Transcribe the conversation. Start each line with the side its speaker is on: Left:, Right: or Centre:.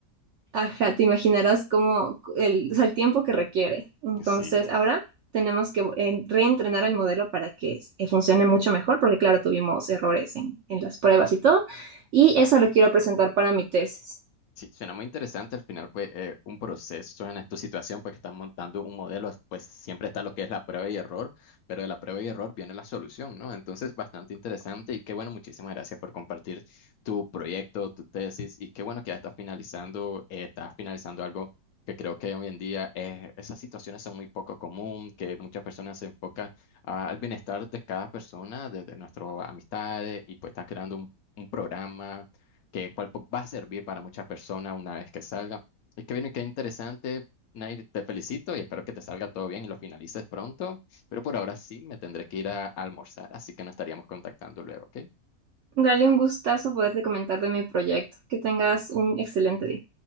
Right: Ajá, te imaginarás cómo el, o sea, el tiempo que requiere. Entonces,
Left: sí.
Right: ahora tenemos que eh, reentrenar el modelo para que eh, funcione mucho mejor, porque claro, tuvimos errores en, en las pruebas y todo. Y eso lo quiero presentar para mi tesis.
Left: Sí, suena muy interesante. Al final, pues, eh, un proceso en esta situación, pues, que están montando un modelo, pues, siempre está lo que es la prueba y error, pero de la prueba y error viene la solución, ¿no? Entonces, bastante interesante y qué bueno, muchísimas gracias por compartir tu proyecto, tu tesis y qué bueno que ya estás finalizando, eh, estás finalizando algo que creo que hoy en día eh, esas situaciones son muy poco común, que muchas personas se enfocan ah, al bienestar de cada persona, desde nuestras amistades y pues estás creando un un programa que cual po- va a servir para muchas personas una vez que salga. Es que viene, qué interesante. Nair, te felicito y espero que te salga todo bien y lo finalices pronto, pero por ahora sí me tendré que ir a almorzar, así que nos estaríamos contactando luego, ¿ok?
Right: Dale un gustazo poderte comentar de mi proyecto. Que tengas un excelente día.